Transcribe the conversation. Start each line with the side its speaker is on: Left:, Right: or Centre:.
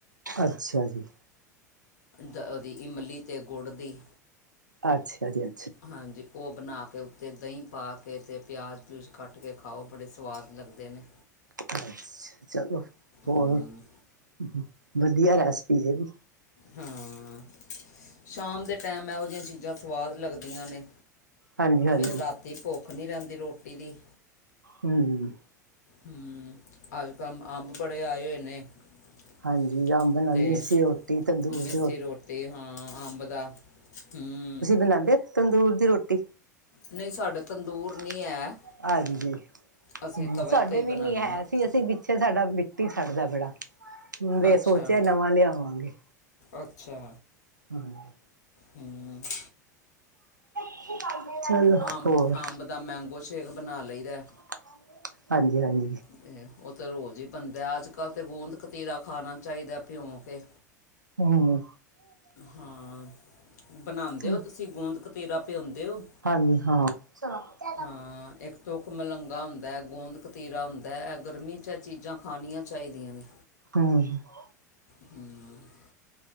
Right: ਅੱਛਾ ਜੀ।
Left: ਦ ਉਹਦੀ ਇਮਲੀ ਤੇ ਗੁੜ ਦੀ।
Right: ਅੱਛਾ ਜੀ ਅ
Left: ਹਾਂਜੀ, ਓਹ ਬਨਾ ਕੇ ਉੱਤੇ ਦਹੀਂ ਪਾਕੇ ਤੇ ਪਿਆਜ਼ - ਪਿਊਜ ਕਟ ਕੇ ਖਾਓ, ਬੜੇ ਸਵਾਦ ਲਗਦੇ ਨੇ।
Right: ਅੱਛਾ ਚਲੋ ਹੋਰ,
Left: ਹੂੰ
Right: ਹੂ- ਹੂ ਵਧੀਆਂ ਰੈਸਪੀ ਏ ਵੀ।
Left: ਹਾਂ, ਸ਼ਾਮ ਦੇ ਟੈਮ ਏਹੋ ਜੇਹੀਆਂ ਚੀਜ਼ਾਂ ਸਵਾਦ ਲੱਗਦੀਆਂ ਨੇ।
Right: ਹਾਂਜੀ ਹਾਂਜੀ
Left: ਫੇਰ ਰਾਤੀ ਭੁੱਖ ਨੀ ਰੈਂਦੀ ਰੋਟੀ ਦੀ।
Right: ਹੂਮ
Left: ਹੂਮ ਅੱਜ -ਕੱਲ ਅੰਬ ਬੜੇ ਆਏ ਨੇੇ। <unintelligible>
Right: ਹਾਂਜੀ ਅੰਬ ਨਾਲ
Left: ਤੇ
Right: ਮਿੱਸੀ ਰੋਟੀ ਤੰਦੂਰ
Left: ਮਿੱਸੀ
Right: ਦੀ
Left: ਰੋਟੀ ਹਾਂ ਅੰਬ ਦਾ ਹੂਮ
Right: ਬਨਾਂਦੇ ਤੰਦੂਰ ਦੀ ਰੋਟੀ?
Left: ਨਹੀਂ ਸਾਡੇ ਤੰਦੂਰ
Right: <unintelligible>
Left: ਨਹੀਂ ਹੈ
Right: ਹਾਂਜੀ,
Left: ਅਸੀਂ
Right: ਹੂਮ
Left: ਤਵੇ
Right: ਸਾਡੇ
Left: ਤੇ ਹੀ
Right: ਵੀ
Left: ਬਣਾਉਂਦੇ
Right: ਨੀ ਹੈ
Left: ਹਾਂ
Right: ਸੀ ਅਸੀਂ ਗਿ ਅੱਛੇ ਸਾਡਾ ਮਿੱਟੀ ਛੱਡਦਾ ਏ ਬੜਾ, ਫੇ
Left: ਅੱਛਾ
Right: ਸੋਚੇਆ ਨਵਾਂ ਲਿਆਵਾਂਗੇ।
Left: ਅੱਛਾ।
Right: ਹਾਂ।
Left: ਹੂਮ <unintelligible>
Right: <unintelligible>
Left: ਆਮ-
Right: ਹੋਰ
Left: ਅੰਬ ਦਾ ਮੈਂਗੋ ਸ਼ੇਕ ਬਣਾ ਲਈਦੈ।
Right: <unintelligible> ਹਾਂਜੀ- ਹਾਂਜੀ।
Left: <unintelligible> ਓਹ ਤੇ ਰੋਜ਼ ਹੀ ਬਨਦਾ ਏ ਅੱਜ- ਕੱਲ੍ਹ ਤੇ ਗੋਂਦ- ਕਤੀਰਾ ਖਾਨਾ ਚਾਈਦਾ ਭਿਉਂ ਕੇ।
Right: ਹੂਮ
Left: ਹਾਂ ਬਨਾਂਦੇ
Right: ਚਲੋ
Left: ਹੋ ਤੁਸੀਂ ਗੋਂਦ -ਕਤੀਰਾ ਭਿਓਂਦੇ ਓ?
Right: ਹਾਂਜੀ ਹਾਂ <unintelligible>
Left: ਹਾਂ, ਏਕ ਤੂਕਮਲੰਗਾ ਹੁੰਦਾ ਐ, ਗੋਂਦ- ਕਤੀਰਾ ਹੁੰਦਾ ਐ, ਗਰਮੀ 'ਚ ਚੀਜ਼ਾਂ ਖਾਨੀਆਂ ਚਾਈਦੀਆਂ ਨੇ।
Right: ਹੂ <unintelligible>
Left: ਹੂਮ <unintelligible>